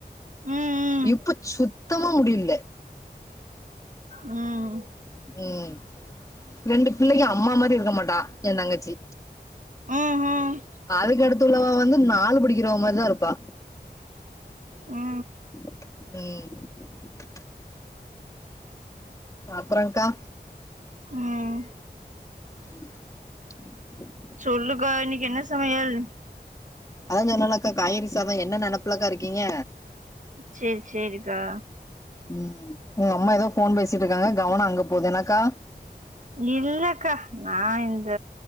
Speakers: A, on the right; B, on the left.
A: ம்
B: இப்ப சுத்தமா முடி இல்லே
A: ம்
B: ம் ரெண்டு பிள்ளைக அம்மா மாரி இருக்க மாட்டா எ தங்கச்சி
A: ம் ம்
B: அதுக்கு அடுத்து ள்ளவ வந்து நாலு படிக்கிறவ மாரிதா இருப்பா
A: ம்
B: ம் அப்புறம்க்கா
A: ம்
B: <inaudible>
A: சொல்லுகா இன்னைக்கி என்ன சமையல்
B: அதா சொன்னாலாக்கா காய்கறி சாதோ என்ன நெனப்புலக்கா இருக்கீங்க
A: சேரி சேரிக்கா
B: ம் உங்க அம்மா ஏதோ ஃபோன் பேசிட்டு இருக்காங்க கவனோ அங்க போகுது அதானக்கா
A: இல்லக்கா நா இந்த